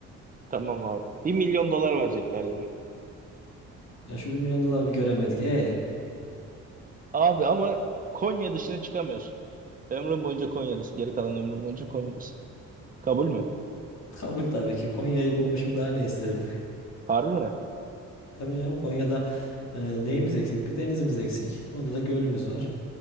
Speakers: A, on the right; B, on the left.
A: Tamam abi. Bir milyon dolar verecekler yine.
B: Ya şu bir milyon doları bir göremedik. E
A: Abi ama Konya dışına çıkamıyorsun. Ömrüm boyunca Konya'dasın. Geri kalan ömrüm boyunca Konya'dasın. Kabul mü?
B: kabul tabii ki. Konya'yı bulmuşum daha ne isterim.
A: Harbi mi?
B: Tabii canım Konya'da e, neyimiz eksik? Bir denizimiz eksik. Onda da gölümüz var.